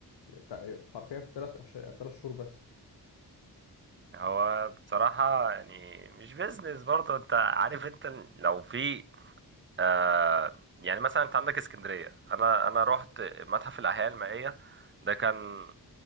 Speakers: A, on the left; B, on the right.
A: في- حرفيا في تلات أش... تلات شهور بس
B: هو بصراحة يعني مش بيزنس برضه انت عارف انت لو في آه يعني مثلا انت عندك اسكندريه انا انا رحت متحف الاحياء المائيه ده كان